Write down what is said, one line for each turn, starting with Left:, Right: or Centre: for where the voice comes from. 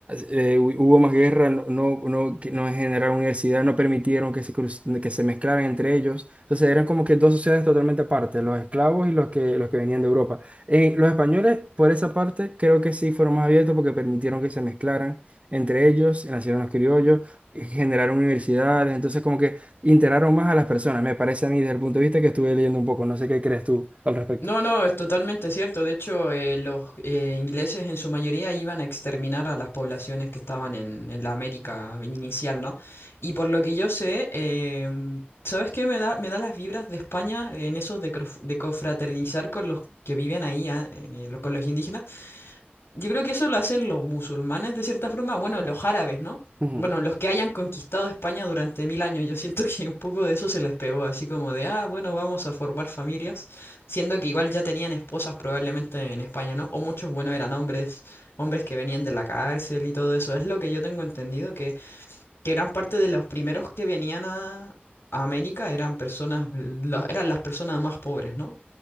Right: eh, hu- hubo más guerra, no, no, no, que- no generaron universidad, no permitieron que se, cruz- que se mezclaran entre ellos. Entonces eran como que dos sociedades totalmente aparte, los esclavos y los que, los que venían de Europa. Eh, los españoles, por esa parte, creo que sí fueron más abiertos porque permitieron que se mezclaran entre ellos, nacieron los criollos, eh, generaron universidades, entonces como que integraron más a las personas, me parece a mí desde el punto de vista que estuve leyendo un poco, no sé qué crees tú al respecto.
Left: No, no, es totalmente cierto. De hecho, eh, los eh, ingleses en su mayoría iban a exterminar a las poblaciones que estaban en, en la América inicial, ¿no? Y por lo que yo sé, em, ¿sabes qué? Me da, me da las vibras de España en eso de, crof- de cofraternizar con los que viven ahí, ah, eh, los- con los indígenas. Yo creo que eso lo hacen los musulmanes de cierta forma, bueno, los árabes, ¿no?
Right: Ujú.
Left: Bueno, los que hayan conquistado España durante mil años, yo siento que un poco de eso se les pegó, así como de, ah, bueno, vamos a formar familias, siendo que igual ya tenían esposas probablemente en España, ¿no? O muchos, bueno, eran hombres, hombres que venían de la cárcel y todo eso, es lo que yo tengo entendido, que que gran parte de los primeros que venían a, a América eran personas, lo- eran las personas más pobres, ¿no?